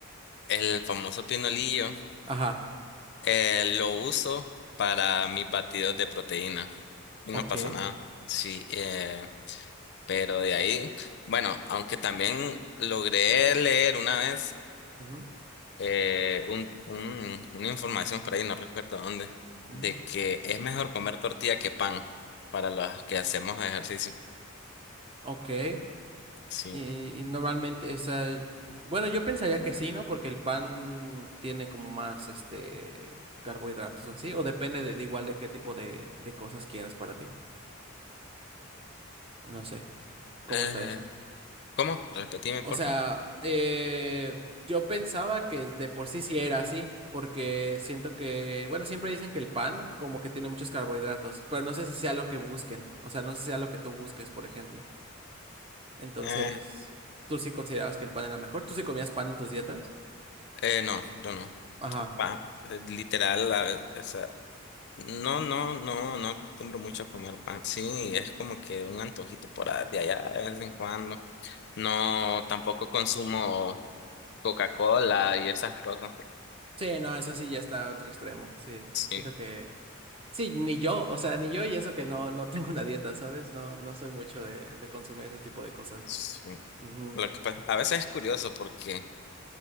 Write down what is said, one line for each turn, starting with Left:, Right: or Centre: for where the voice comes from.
Left: el famoso pinolillo
Right: Ajá,
Left: eh, lo uso para mis batidos de proteína. Y
Right: ok.
Left: no pasa nada. Sí, eh, pero de ahí, bueno, aunque también logré leer una vez.
Right: ujú,
Left: eh, un, un- una información por ahí, no recuerdo dónde,
Right: ujú,
Left: de que es mejor comer tortilla que pan para los que hacemos ejercicio.
Right: Ok.
Left: Sí.
Right: Eh, y normalmente esa, bueno, yo pensaría que sí, ¿no? Porque el pan tiene como más, este, carbohidratos o así, o depende de, de igual de qué tipo de, de cosas quieras para ti. No sé, ¿cómo
Left: Eh,
Right: está eso?
Left: ¿cómo? Repetime,
Right: O
Left: porfa.
Right: sea, eh, yo pensaba que de por sí sí era así, porque siento que, bueno, siempre dicen que el pan como que tiene muchos carbohidratos, pero no sé si sea lo que busquen, o sea, no sé si sea lo que tú busques, por ejemplo. Entonces,
Left: Eh,
Right: ¿tú sí considerabas que el pan era mejor? ¿Tú sí comías pan en tus dietas?
Left: eh, no, yo no.
Right: Ajá.
Left: Pan, eh, literal, la- o sea, no, no, no, no acostumbro mucho a comer pan. Sí, es como que un antojito por a- de allá de vez en cuando. No, tampoco consumo Coca-Cola y esas cosas.
Right: Sí, no, eso sí ya está a otro extremo. Sí,
Left: Sí.
Right: siento que sí, ni yo, o sea, ni yo y eso que no no tengo una dieta, ¿sabes? No no soy mucho de de consumir ese tipo de cosas.
Left: sí.
Right: Ujú.
Left: Lo que pasa- a veces es curioso porque